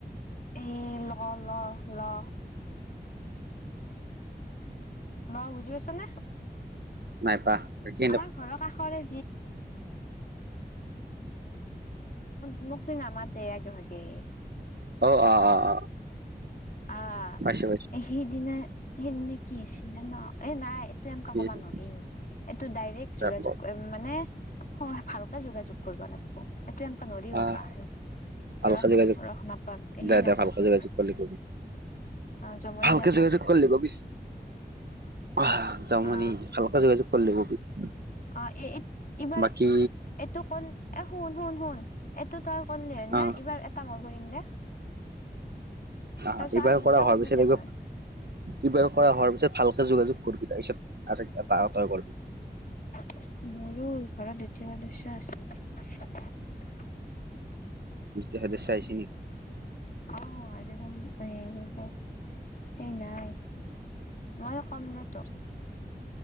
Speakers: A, on the left; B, on the right.
A: এ ল ল ল <inaudible> ম বুজি পাছা নে <inaudible>
B: নাইবা বাকীখিনি
A: আমাৰ ঘৰৰ কাষৰে <unintelligible> নামাতে আগে ভাগে
B: অ অ অ অ
A: আহ
B: পাইছো পাইছো
A: সেইদিনা সেই নেকি আছ জানা এ নাই এনেুৱা
B: ঠিক
A: ক'বা
B: আছে
A: নোৱাৰি এইটো ডাইৰেক্ট
B: দে
A: যোগাযোগ
B: ক
A: মানে ভালকে যোগাযোগ কৰিব লাগব এনেকুৱা নৰি হ'বা
B: আহ
A: আৰু
B: ভালকে
A: ৰস
B: যোগাযোগ
A: ৰস নাপামেই সেই
B: দে দে
A: নাপামি
B: ভালকে যোগাযোগ কৰিলি কবি
A: অহ জমনি
B: ভালকে
A: নাপাবি
B: যোগাযোগ
A: <inaudible>
B: কৰিলি কবি <unintelligible>
A: অ অ এ এইবাৰত
B: বাকী
A: এইটো কল এ শুন শুন শুন এইটো তই কৰিললিহেনে
B: অ
A: এইবাৰ এটা মই কৰিম দে
B: অহ
A: তাৰপিছত
B: এইবাৰ
A: আৰু দুটা
B: কৰা হোৱাৰ
A: কৰিবি
B: পিছত
A: দে
B: একবাৰ
A: তই
B: এইবাৰ কৰা হোৱাৰ পিছত ভালকে যোগাযোগ কৰবি তাৰচ আৰু এটা আত কৰবি
A: মোৰো ঘৰত দ্বিতীয় সদস্য আছেল <inaudible>
B: <unintelligible>
A: <unintelligible> মই কম দে তো